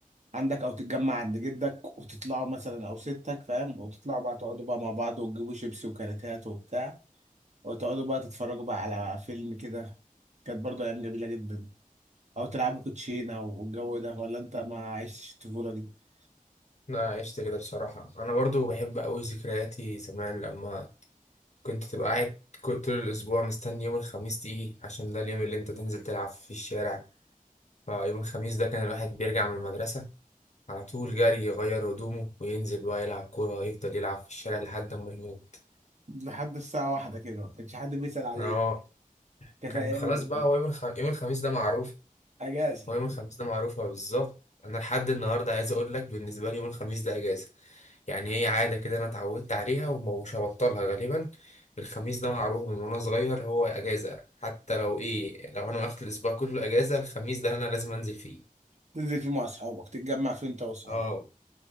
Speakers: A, on the right (about 50°); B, on the left (about 50°).
A: عندك او تتجمع عند جدك وتطلعوا مثلا او ستك فاهم وتطلعوا بقى تقعدوا بقى مع بعض وتجيبوا شيبسي وكاراتات وبتاع وتقعدوا بقى تتفرجوا بقى على فيلم كده كانت برضه ايام جميلة جدا او تلعبوا كوتشينة والجو ده ولا انت ما عشتش الطفولة دي
B: أنا عشت كده بصراحة أنا برضو بحب أوي ذكرياتي زمان لما كنت تبقى قاعد كل- طول الأسبوع مستني يوم الخميس تيجي عشان ده اليوم اللي أنت تنزل تلعب في الشارع فيوم الخميس ده كان الواحد بيرجع من المدرسة على طول جري يغير هدومه وينزل بقى يلعب كورة يفضل يلعب في الشارع لحد ما يموت
A: لحد الساعة واحدة كده ما كانش حد بيسأل عليك
B: اه
A: كانت
B: كان
A: ايام
B: خلاص بقى هو يوم الخ... يوم الخميس ده معروف
A: اجازة
B: هو يوم الخميس ده معروفة بالظبط أنا لحد النهاردة عايز أقول لك بالنسبة لي يوم الخميس ده أجازة يعني هي عادة كده أنا اتعودت عليها ومش هبطلها غالبا الخميس ده معروف من وأنا صغير هو أجازة حتى لو إيه لو أنا واخد الأسبوع كله أجازة الخميس ده أنا لازم أنزل فيه
A: تنزل فيه مع اصحابك تتجمع فيه انت واصحابك
B: اه